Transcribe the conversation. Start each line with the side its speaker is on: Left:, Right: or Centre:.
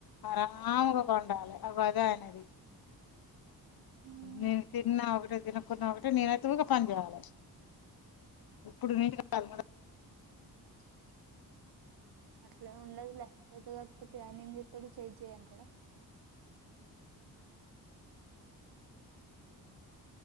Left: ఆరాముగా పండాలి అ అదే ఆయన అ
Right: మ్మ్
Left: నేను తిన్నా అ తినకున్న ఒకటె నేనైతే ఊకె పని చేయాలే ఇప్పుడు నీన్ కాద్ <inaudible>
Right: అసలే ఉండదులే అతే కాకపోతే ఆయన ఏం చెత్తడు చేయి, చేయి అంటాడ.